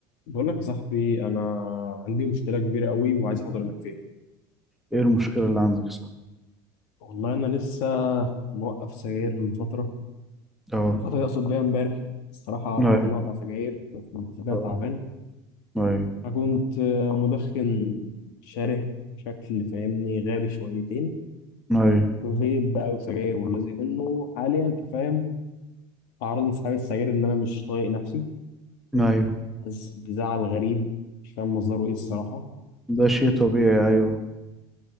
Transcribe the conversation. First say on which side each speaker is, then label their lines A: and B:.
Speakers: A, on the left (about 70°); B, in the centre.
A: بقول لك يا صاحبي انا عندي مشكله كبيره قوي وعايز اخد رايك فيها
B: ايه المشكلة اللي عندك يا صاحبي
A: والله انا لسه موقف سجاير من فتره
B: اه
A: من فتره يقصد بيها امبارح الصراحه
B: ايوه
A: قررت ان أنا اقطع سجاير بس محسبها
B: اه
A: تعبان
B: ايوه
A: انا كنت آه، مدخن شره شكل فاهمني غابي شويتين
B: ايوه
A: فيب بقى وسجاير والذي منه حاليا انت فاهم اعراض انسحاب السجاير ان انا مش طايق نفسي
B: ايوه
A: حاسس بزعل غريب مش فاهم مصدره ايه الصراحه
B: ده شيء طبيعي ايوه